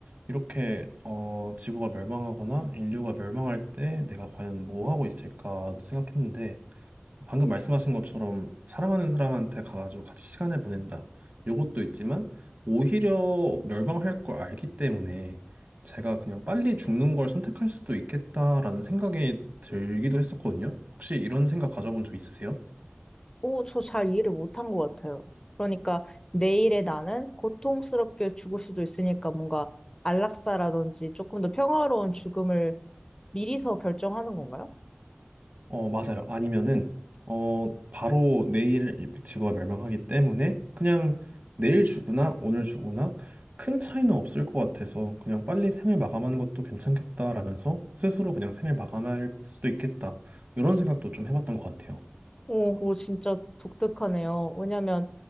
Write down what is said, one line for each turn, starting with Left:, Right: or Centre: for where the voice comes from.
Right: 이렇게, 어, 지구가 멸망하거나 인류가 멸망할 때 내가 과연 뭐 하고 있을까 생각했는데, 방금 말씀하신 것처럼 사랑하는 사람한테 가가지고 같이 시간을 보낸다. 요것도 있지만 오히려 멸망할 걸 알기 때문에 제가 그냥 빨리 죽는 걸 선택할 수도 있겠다라는 생각이 들기도 했었거든요. 혹시 이런 생각 가져본 적 있으세요?
Left: 오, 저 잘 이해를 못한 것 같아요. 그러니까 내일의 나는 고통스럽게 죽을 수도 있으니까 뭔가 안락사라든지 조금 더 평화로운 죽음을 미리서 결정하는 건가요?
Right: 어, 맞아요. 아니면은, 어, 바로 내일 주가 멸망하기 때문에 그냥 내일 주거나 오늘 주거나 큰 차이는 없을 것 같아서 그냥 빨리 생을 마감하는 것도 괜찮겠다라면서 스스로 그냥 생을 마감할 수도 있겠다. 이런 생각도 좀 해봤던 것 같아요.
Left: 오, 그거 진짜 독특하네요. 왜냐면